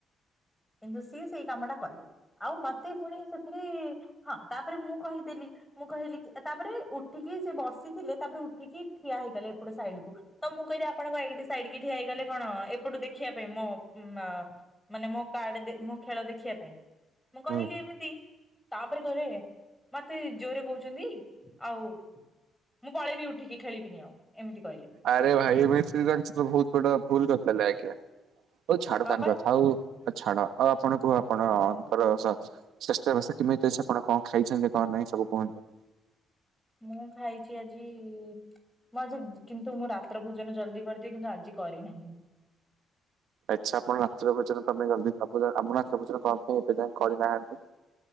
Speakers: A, in the centre; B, on the right.
A: କିନ୍ତୁ ସେ ସେଇ କାମ ଟା କଲେ। ଆଉ ମତେ ପୁଣି ସେଥିରେ ହଁ ତାପରେ ମୁଁ କହିଦେଲି ମୁଁ କହିଲି ତାପରେ ଉଠିକି ସେ ବସିଥିଲେ ତାପରେ ଉଠିକି ଠିଆ ହେଇଗଲା ଏପଟେ ସାଇଡ କୁ ତ ମୁଁ କହିଲି ଆପଣଙ୍କ ଏଇି ସାଇଡ କି ଠିଆଇଗଲେ କଣ ଏପଟୁ ଦେଖିବା। ମୁଁ ମା ମାନେ ମୁଁ କାର୍ଡ ଦେ ମୁଁ ଖେଳ ଦେଖିବା ପାଇଁ ମୁଁ କହିଲି
B: ହୁଁ।
A: ଏମିତି ତାପରେ କହିଲେ ମତେ ଜୋରେ କହୁଛନ୍ତି ଆଉ ମୁଁ ପଳେଇବି ଉଠିକି ଖେଳିବିନି ଆଉ। ଏମିତି କହିଲେ
B: ଆରେ ଭାଇ ମିସ୍ତ୍ରୀ ଜାଣିଛି ତ ବହୁତ ବଡ ଭୁଲ କଥା। ଲେ ଆକ ହଉ ଛାଡ
A: ହଁ
B: କାଙ୍କ
A: ବା
B: କଥା ହଉ ଛାଡ ଆଉ ଆପଣ କହ ଆପଣଙ୍କର ସ୍ୱାସ୍ଥ୍ୟ ବ୍ୟବସ୍ଥା କେମିତି ଅଛି ଆପଣ କଣ ଖାଇଛନ୍ତି କଣ ନାହିଁ ସବୁ କୁହନ୍ତୁ।
A: ମୁଁ ଖାଇଛି ଆଜି ମୁଁ ଆଜି କିନ୍ତୁ ମୁଁ ରାତ୍ର ଭୋଜନ ଜଲଦି କରିଦିଏ କିନ୍ତୁ ଆଜି କରିନାହିଁ।
B: ଆଚଛା ଆପଣ ନାତ୍ର ଭୋଜନ କ ପାଇଁ ଆମ ନାତ୍ର ଭୋଜନ କ ପାଇଁ ଏବେ ଯାଇ କରିନାହାନ୍ତି।